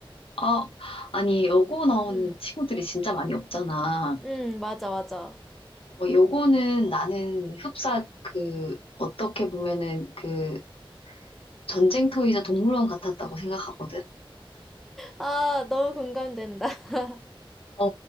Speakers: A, on the left; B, in the centre.
A: 아, 아니, 여고 나온
B: 응,
A: 친구들이 진짜 많이 없잖아.
B: 응, 맞아, 맞아.
A: 어, 여고는 나는 흡사, 그, 어떻게 보면은 그 전쟁터이자 동물원 같았다고 생각하거든.
B: 아, 너무 공감된다. <laughs>
A: 어,